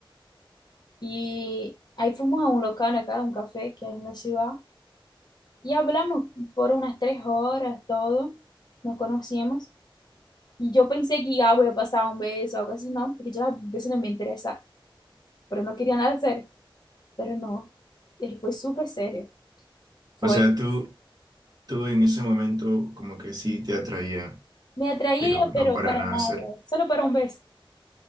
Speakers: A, on the left; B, on the right.
A: Y ahí fuimos a un local acá, un café que hay en la ciudad, y hablamos por unas tres horas, todo, nos conocíamos. Y yo pensé que ya voy a pasar un beso o algo así, no, porque yo las veces no me interesa, pero no quería nada serio, pero no, él fue súper serio, fue,
B: O sea, tú, tú en ese momento como que sí te atraía,
A: me atraía,
B: pero no
A: pero
B: para
A: para
B: nada
A: nada,
B: ser.
A: solo para un beso,